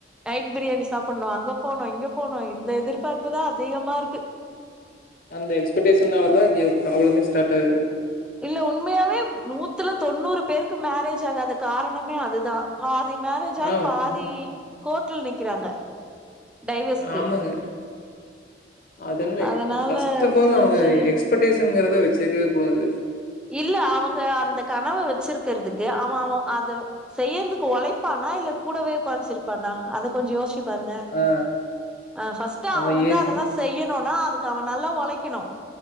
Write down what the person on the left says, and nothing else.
அந்த எக்ஸ்பெட்டேஷனால தா இங்க பிராப்ளமே ஸ்டாட் ஆகுது
ஆ உண்ம
ஆமாங்க அத என
க் ஃபஸ்ட் ஆஃப் ஆல்
அவுங்க எக்ஸ்பெட்டேஷன்ங்கிறத வெச்சுக்கவே கூடாது
ஆ
அவன்
ஏஜ்